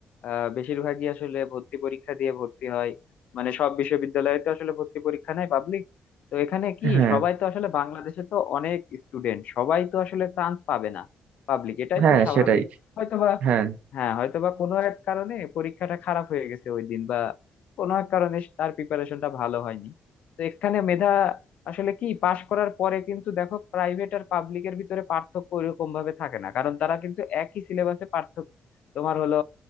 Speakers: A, on the left; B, on the right.
A: আহ বেশিরভাগই আসলে ভর্তি পরীক্ষা দিয়ে ভর্তি হয় মানে সব বিশ্ববিদ্যালয়ে তো আসলে ভর্তি পরীক্ষা নাই পাবলিক তো এখানে কি
B: হ্যাঁ
A: সবাই তো আসলে বাংলাদেশে তো অনেক স্টুডেন্ট সবাই তো আসলে চান্স পাবে না পাবলিক এটাই
B: হ্যাঁ
A: তো স্বাভাবিক
B: সেটাই
A: হয়তোবা
B: হ্যাঁ
A: হ্যাঁ হয়তোবা কোনো এক কারণে পরীক্ষাটা খারাপ হয়ে গেছে ওই দিন বা কোনো এক কারণে তার প্রিপারেশনটা ভালো হয়নি তো এখানে মেধা আসলে কি পাশ করার পরে কিন্তু দেখো প্রাইভেট আর পাবলিকের ভিতরে পার্থক্য ওইরকম ভাবে থাকে না কারণ তারা কিন্তু একই সিলেবাসে পার্থক্য তোমার হলো